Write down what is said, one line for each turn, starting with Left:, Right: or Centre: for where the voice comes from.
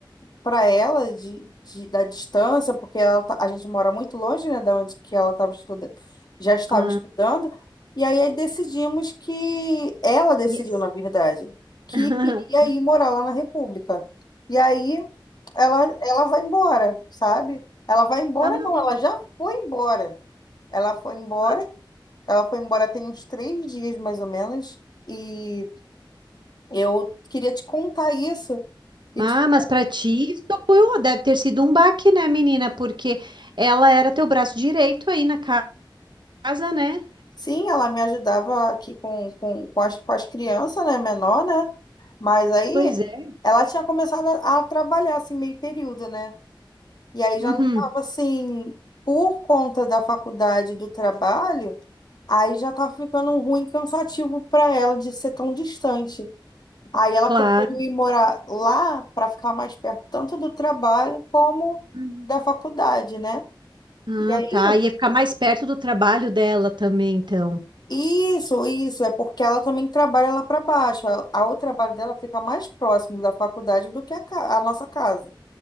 Left: para ela de, de- da distância, porque ela tá- a gente mora muito longe, né, da onde que ela estava estudando, já estava
Right: Ah,
Left: estudando, e aí aí decidimos que ela decidiu,
Right: yes.
Left: na verdade, que
Right: <laughs>
Left: queria ir morar lá na República. E aí ela ela vai embora, sabe? Ela vai embora,
Right: Ah,
Left: não, ela já foi embora. Ela foi embora,
Right: ma-
Left: ela foi embora tem uns três dias mais ou menos, e eu queria te contar isso. E
Right: ah,
Left: tipo,
Right: mas pra ti isso foi um- deve ter sido um baque, né, menina? Porque ela era teu braço direito aí na ca- casa, né?
Left: Sim, ela me ajudava aqui com, com, com as, com as crianças, né, menor, né? Mas aí
Right: Pois é.
Left: ela tinha começado a, a trabalhar, assim, meio período, né? E aí já
Right: Uhum,
Left: não estava, assim, por conta da faculdade, do trabalho, aí já estava ficando ruim, cansativo para ela de ser tão distante. Aí ela
Right: claro.
Left: preferiu ir morar lá para ficar mais perto, tanto do trabalho como
Right: Uhum.
Left: da faculdade, né?
Right: Ah,
Left: E aí.
Right: tá. Ia ficar mais perto do trabalho dela também, então.
Left: Isso, isso, é porque ela também trabalha lá para baixo. A, a- o trabalho dela fica mais próximo da faculdade do que a, ca- a nossa casa.